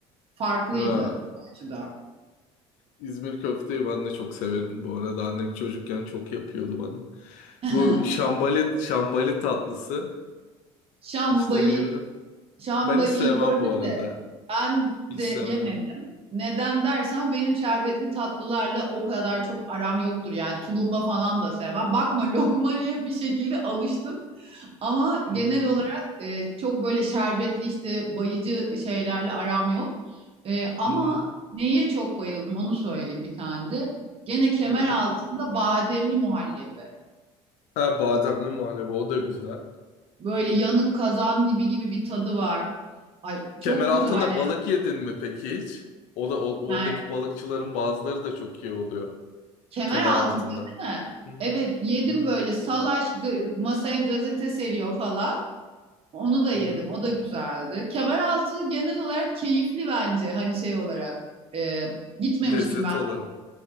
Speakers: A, on the right; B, on the left.
A: Farklıydı
B: Ha,
A: bu açıdan.
B: İzmir köfteyi ben de çok severim. Bu arada annem çocukken çok yapıyordu bana.
A: <laughs>
B: Bu şambali şambali tatlısı.
A: Şambali
B: Hiç deneyebilir.
A: Şambali'yi
B: Ben hiç sevmem
A: gördüm
B: bu arada.
A: de ben
B: Hiç
A: de
B: sevmem.
A: yemedim. Neden dersen benim şerbetli tatlılarla o kadar çok aram yoktur. Yani tulumba falan da sevmem. Bakma lokmaya bir şekilde alıştım. Ama
B: Hı
A: genel
B: hı.
A: olarak e, çok böyle şerbetli işte bayıcı şeylerle aram yok. E, ama
B: Hı hı.
A: neye çok bayıldım onu söyleyeyim bir tane de. Gene kemer
B: Ne? yer?
A: altında bademli muhallebi.
B: Ha bademli muhallebi o da güzel.
A: Böyle yanık kazan dibi gibi bir tadı var. Ay
B: Kemer
A: çok
B: altında
A: güzel
B: balık yedin mi peki hiç? O da o-
A: yani.
B: oradaki balıkçıların bazıları da çok iyi oluyor
A: Kemer
B: Kemeraltı'nda.
A: altında değil mi?
B: Hı hı.
A: Evet yedim
B: Hı hı.
A: böyle salaş g- masaya gazete seriyor falan. Onu da
B: Hı
A: yedim.
B: hı.
A: O da güzeldi. Kemer altı genel olarak keyifli bence. Hani şey olarak e, gitmemiştim
B: Lezzet
A: ben.
B: olarak.